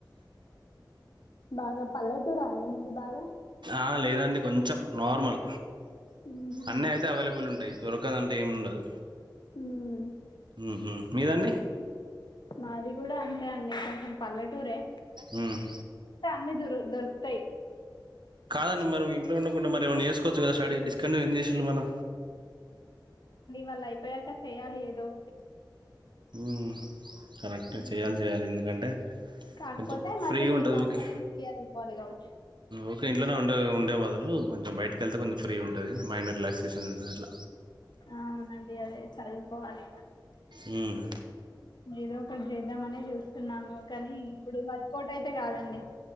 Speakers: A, on the left; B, on the right.
A: బాగా పల్లెటూరా అండి మీది బాగా
B: ఆ లేదండి కొంచెం నార్మల్
A: ఉహుం.
B: అన్నీ అయితే అవైలబుల్ ఉంటాయి దొరకదంటే ఏముండదు
A: మ్మ్
B: ఊహూ మీదండి
A: మాది కూడా అంతే అండి కొంచెం పల్లెటూరే
B: ఉమ్
A: అన్నీ దొరు దొరుక్
B: కాదండి మరి ఇంట్లో ఉండకుంటా మరేమన్నా చేసుకోవ చ్చు కదా స్టడీ డిస్కంటిన్యూ చేసిళ్ళు మళ్ళ
A: వాళ్ళైపొయ్యాక చెయ్యాలి ఏదో ఒకటి
B: ఉమ్ కరెక్ట్
A: ఉమ్.
B: గ చెయ్యాలి చెయ్యాలి ఎందుకంటే
A: కాకపోతే
B: కొంచెం
A: మళ్ళీ
B: ఫ్రీగా ఉంటది
A: నర్సరీ
B: ఊకే
A: నుండి చదువుకోవాలి గావచ్చు
B: ఊకే ఇంట్లోనే ఉండే ఉండే బదులు కొంచెం బయటకెళ్తే కొంచెం ఫ్రీ ఉంటది మైండ్ రిలాక్సేషన్ ఉంటదట్ల
A: అవునండి అదే చదువుకోవాలి
B: ఉమ్
A: ఏదో ఒకటి చేద్దామనే జూ స్తున్నాము కానీ ఇప్పుడు వర్కౌట్ టైతే కాదండి